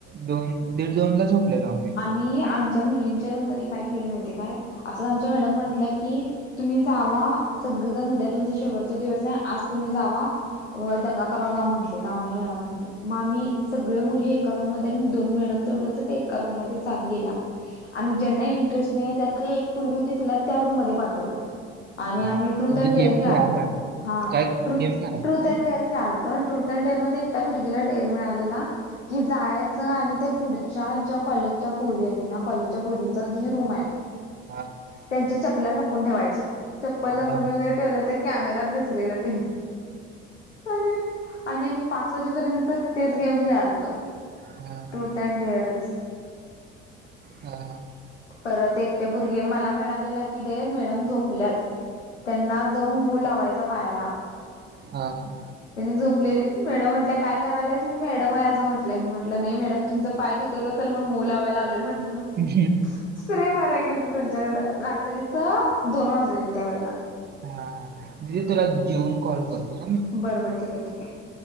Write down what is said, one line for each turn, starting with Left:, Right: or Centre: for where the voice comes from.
Right: दोन दीड दोनला झोपलेलो आम्ही.
Left: आम्ही आमच्या मुलींच्या रूममध्ये काय केलोय माहितेय काय? असं आमच्या मॅडम म्हटल्या की तुम्ही जावा. सगळीजण उद्या तुमचा शेवटचा दिवस आहे आज तुम्ही जावा. होय दंगा करा जावा म्हंटलीत <unintelligible> मॅडमांनी. मग आम्ही सगळी मुली एका रूममध्ये आणि दोन मॅडम तेवढे होत ते एक का रूममध्ये चाल गेल्या आणि ज्यांना इंटरेस्ट नाहीये त्यातली एक पुरगी होती तिला त्या रूममध्ये पाठवलं. आणि
Right: हा.
Left: आम्ही ट्रुथ
Right: म्हणजे
Left: अँड डेअर
Right: गेम
Left: खेळाल
Right: खेळायला
Left: हा
Right: काय
Left: ट्रुथ
Right: गेम खेळायला
Left: ट्रुथ
Right: ना
Left: अँड डेअर खेळालतो आणि ट्रुथ डेअरमध्ये एकट्या पोरगीला डेअर मिळालेला. की जायाच आणि त्या पुढच्या च्या कॉलेजच्या पोरी आहेत ना कॉलेजच्या पोरींचा जी रूम आहे
Right: हा
Left: त्यांच्या चप्पला लपून ठेवायच्या. चप्पल
Right: हा
Left: लपून वगैरे ठेवलं ते कॅमेरात दिसलेलं ते आणि आणि आम्ही पाच वाजेपर्यंत तेच गेम खेळालतो
Right: हा
Left: ट्रूथ अँड डेअरच.
Right: हा.
Left: परत एकट्या पोरगी मला मिळालेला की डेअर मॅडम झोप ल्यात त्यांना जाऊन मू लावायचा पायाला.
Right: हा हा.
Left: त्यांनी झोपलेलीत. मॅडम म्हंटल्या काय करायल्यास? मी मॅडम आहे असं म्हटलंय. मी म्हटलं नाही मॅडम तुमचं पाय दुखत अस ल म्हणून मू लावाय आलोय म्हटलं.
Right: हां
Left: स्प्रे माराय गेलतो त्यांच्याकडं रात्रीच दोन वाजलेले त्यावेेळेला.
Right: हा. दिदी तुला जेऊन कॉल करतो का मी.
Left: बरं बर ठीक आहे ठीक आहे‌.